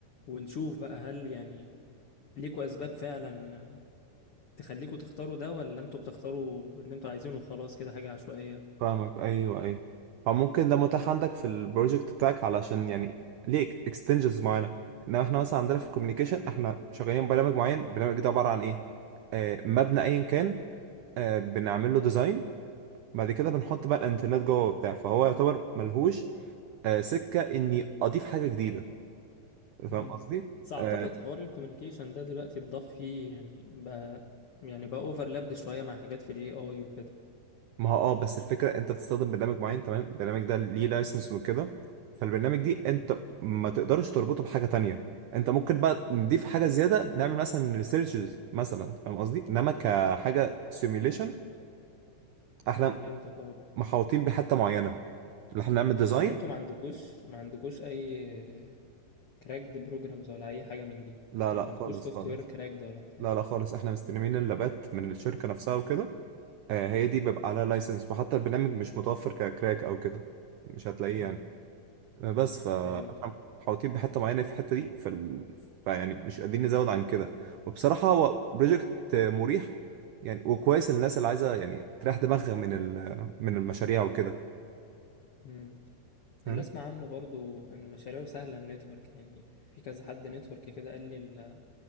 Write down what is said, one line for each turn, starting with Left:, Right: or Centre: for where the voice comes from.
Left: ونشوف بقى هل يعني ليكوا اسباب فعلا تخليكوا تختاروا ده ولا انتوا بتختاروا اللي انتوا عايزينه وخلاص كده حاجة عشوائية
Right: فاهمك ايوه ايوه فممكن ده متاح عندك في البروجكت بتاعك علشان يعني ليه اكستنشنز معينه انما احنا مثلا عندنا في الكوميونيكيشن احنا شغالين برنامج معين البرنامج ده عباره عن ايه آه مبنى ايا كان آه بنعمل له ديزاين بعد كده بنحط بقى الانترنت جوه وبتاع فهو يعتبر ملهوش آه، سكه اني اضيف حاجه جديده
Left: امم
Right: فاهم قصدي
Left: بس اعتقد
Right: آه،
Left: حوار الكوميونيكيشن ده دلوقتي اتضاف فيه يعني بقى يعني بقى اوفرلابد شوية مع حاجات في الاي اي وكده
Right: ما هو اه بس الفكره انت بتستخدم برنامج معين تمام البرنامج ده ليه لايسنس وكده فالبرنامج دي انت
Left: مم.
Right: ما تقدرش تربطه بحاجه تانية انت ممكن بقى نضيف حاجه زياده نعمل مثلا ريسيرشز مثلا فاهم قصدي انما كحاجه سيميوليشن احنا
Left: فهمتك اه بقى
Right: محاوطين بحته معينه اللي احنا نعمل
Left: مم.
Right: ديزاين
Left: يعني انتوا ما عندكوش ما عندكوش اي كراكد بروجرامز ولا اي حاجة من دي
Right: لا
Left: يعني
Right: لا
Left: ما عندكوش
Right: خالص
Left: سوفت
Right: خالص
Left: وير كراكد ولا بتاع
Right: لا لا خالص احنا مستلمين اللابات من الشركه نفسها وكده آه، هي دي بيبقى عليها لايسنس وحتى البرنامج مش متوفر ككراك او كده مش هتلاقيه
Left: اه
Right: يعني آه، بس فاحنا
Left: فهمت
Right: محاوطين بحته معينه في الحته دي في ال... فيعني مش قادرين نزود عن كده وبصراحه هو بروجكت مريح يعني وكويس للناس اللي عايزه يعني تريح دماغها من ال... من المشاريع وكده
Left: مم.
Right: فاهم
Left: اللي اسمع عنه برضو ان مشاريعه سهله النتورك يعني في كذا حد نتورك كده قال لي ال-